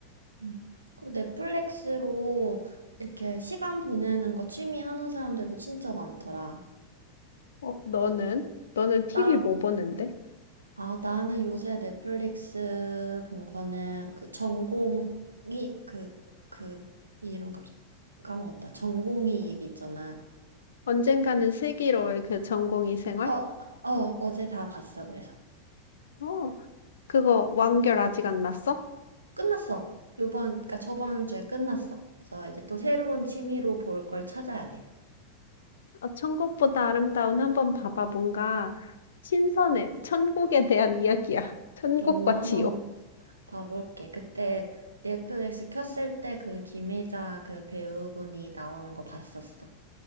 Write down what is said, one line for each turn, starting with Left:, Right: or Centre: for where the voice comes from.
Right: 음. 그 넷플릭스로 이렇게 시간 보내는 거 취미 하는 사람들도 진짜 많더라.
Left: 어, 너는 너는 TV
Right: 나,
Left: 뭐 보는데?
Right: 아, 나는 요새 넷플릭스 본 거는 그 전공이 그, 그, 이 이름 갑자기 까먹었다. 전공이 얘기 있잖아.
Left: 언젠가는 슬기로울 그 전공의 생활?
Right: 어, 어, 어제 다 봤어. 그래서
Left: 어, 그거 완결 아직 안 났어?
Right: 끝났어. 요번, 그니까 저번 주에 끝났어. 그래서 이제 또 새로운
Left: 응.
Right: 취미로 볼 걸 찾아야 돼.
Left: 아, 천국보다 아름다운 한번 봐봐. 뭔가 신선해. 천국에 대한 이야기야. <laughs> 천국과
Right: 오, 한번
Left: 지옥.
Right: 봐볼게. 그때 넷플릭스 켰을 때 그 김혜자 그 배우분이 나오는 거 봤었어.